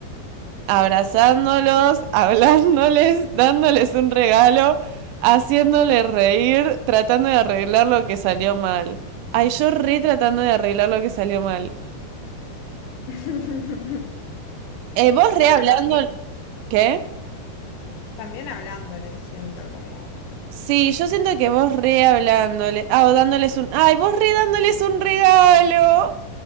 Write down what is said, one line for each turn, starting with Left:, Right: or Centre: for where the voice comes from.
Right: Abrazándolos, <laughs> hablándoles, dándoles un regalo, haciéndoles reír, tratando de arreglar lo que salió mal. Ay, yo re tratando de arreglar lo que salió mal.
Left: <laughs>
Right: Eh, vos
Left: Sí,
Right: re
Left: pero
Right: hablando...
Left: también,
Right: ¿Qué?
Left: también hablándole, siento como.
Right: Sí, yo siento que vos re hablándoles... Ah, o dándoles un... Ay, vos re dándoles un regalo.